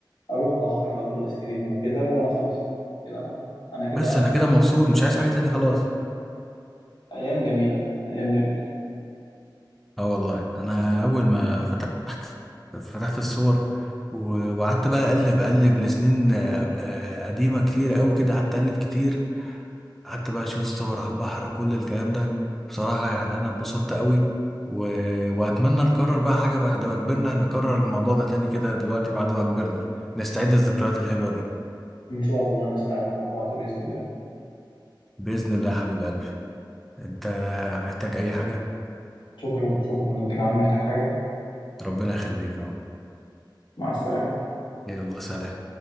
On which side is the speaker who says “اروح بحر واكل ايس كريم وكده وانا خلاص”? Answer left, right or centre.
Left